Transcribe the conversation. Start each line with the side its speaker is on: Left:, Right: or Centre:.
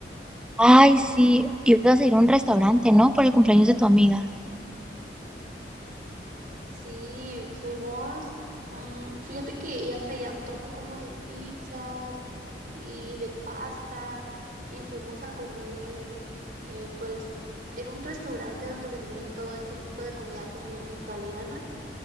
Centre: Ay, sí, ibas a ir a un restaurante, ¿no? Por el cumpleaños de tu amiga.
Right: Sí, fuimos. mm, fíjate que ella traía antojo como de pizzas y de pasta y fuimos a comer, eh, pues era un restaurante donde vendían todo este tipo de comida como italiana